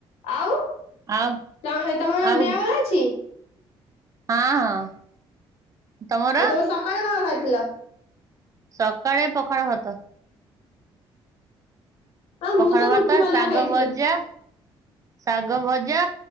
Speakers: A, on the left; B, on the right.
A: ଆଉ
B: ଆଉ
A: ତମେ ତମର
B: ଆଉ
A: ଦେହ ବଲ ଅଛି?
B: ହଁ ହଁ। ତମର
A: ଆଉ ତମେ ସକାଳ କଣ ଖାଇ ଆଲ।
B: ସକାଳେ ପଖାଳଭାତ।
A: ଆଁ ମୁଁ
B: ପଖାଳ
A: ତ ରୁଟି
B: ଭାତ
A: ଭଜା
B: ଶାଗ
A: ଖାଇଥିଲି।
B: ଭଜା ଶାଗ ଭଜା।